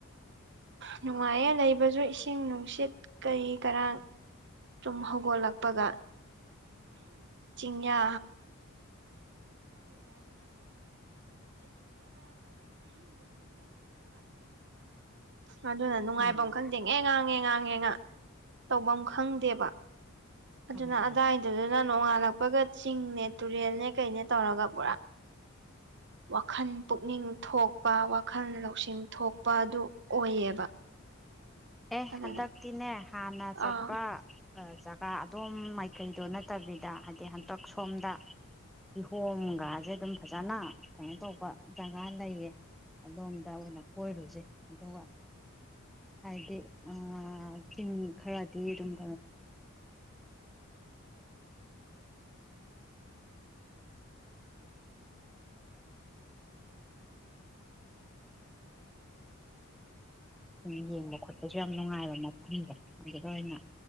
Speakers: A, on the right; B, in the centre.
A: ꯅꯨꯡꯉꯥꯏꯌꯦ ꯂꯩꯕꯖꯨ ꯏꯁꯤꯡ ꯅꯨꯡꯁꯤꯠ ꯀꯩ ꯀꯔꯥꯡ ꯇꯨꯝ ꯍꯧꯒꯠꯂꯛꯄꯒ ꯆꯤꯡꯌꯥ ꯑꯗꯨꯅ ꯅꯨꯡꯉꯥꯏꯕꯝ
B: ꯃꯥꯅ
A: ꯈꯪꯗꯦ ꯉꯦꯉꯥ ꯉꯦꯉꯥ ꯉꯦꯉꯥ ꯇꯧꯕꯝ ꯈꯪꯗꯦꯕ ꯑꯗꯨꯅ
B: ꯃꯥꯅ
A: ꯑꯗꯥꯏ ꯑꯗꯨꯅ ꯅꯣꯡꯉꯥꯜꯂꯛꯄꯒ ꯆꯤꯡꯅꯦ ꯇꯨꯔꯦꯜꯅꯦ ꯀꯩꯅꯦ ꯇꯧꯔꯒ ꯄꯨꯔꯥ ꯋꯥꯈꯟ ꯄꯨꯛꯅꯤꯡ ꯊꯣꯛꯄ ꯋꯥꯈꯟ ꯂꯧꯁꯤꯡ ꯊꯣꯛꯄ ꯑꯗꯨ ꯑꯣꯏꯌꯦꯕ
B: ꯑꯦ
A: ꯑꯗꯨꯅ
B: ꯍꯇꯛꯇꯤꯅꯦ ꯍꯥꯅ ꯆꯠꯄ
A: ꯑꯥ
B: ꯖꯒꯥ ꯑꯗꯣꯝ ꯃꯥꯏꯀꯩꯗꯣ ꯅꯠꯇꯕꯤꯗ ꯍꯥꯏꯗꯤ ꯍꯟꯇꯛ ꯁꯣꯝꯗ ꯀꯤꯍꯣꯝꯒꯁꯦ ꯗꯨꯝ ꯐꯖꯅ ꯀꯩꯅꯣ ꯇꯧꯕ ꯖꯒꯥ ꯂꯩꯌꯦ ꯑꯗꯣꯝꯗ ꯑꯣꯏꯅ ꯀꯣꯏꯔꯨꯁꯦ ꯗꯨꯒ ꯍꯥꯏꯗꯤ ꯎꯝ ꯆꯤꯡ ꯈꯔꯗꯤ ꯗꯨꯝ ꯎꯝ ꯌꯦꯡꯕ ꯈꯣꯠꯄꯁꯨ ꯌꯥꯝ ꯅꯨꯡꯉꯥꯏꯕ ꯃꯐꯝꯗꯣ ꯑꯗꯨꯗ ꯑꯣꯏꯅ